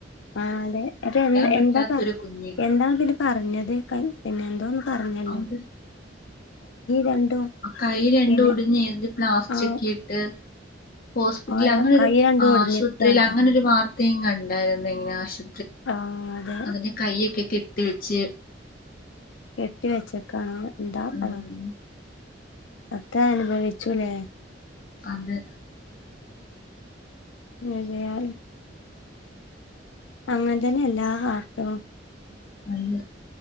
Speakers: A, on the left; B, on the left.
A: ആ അതെ അതെ എ
B: പറ്റാത്തൊരു
A: എന്താ
B: കുഞ്ഞ്
A: എന്താ പി പറഞ്ഞത് പിന്നെ എന്തോ പറഞ്ഞല്ലോ
B: അത്
A: രണ്ടും
B: ആ കൈ രണ്ടും
A: പിന്നെ
B: ഉടിഞ്ഞു എന്ത് പ്ലാസ്റ്റക്കിട്ട്
A: ആ
B: ഹോസ്പിറ്റല
A: ഓര
B: അങ്ങനൊരു
A: കൈ രണ്ടും
B: ആശുപത്രിയിൽ
A: ഒടിഞ്ഞേക്കാണ്
B: അങ്ങനെൊരു വാർത്തയും കണ്ടായിരുന്ന ഇങ്ങനെ ആശു
A: ആ അതെ
B: അതിന്റെ കൈഒക്കെ കെട്ടി വെച്ച്
A: കെട്ടി വെച്ചക്കാണ് എന്താ
B: ഉം
A: പറ അത അനുഭവിച്ചുല്ലേ
B: അന്ത്
A: മന്നയാണ് അങ്ങന തന്നെ എല്ലാ ആർഥവും
B: അത്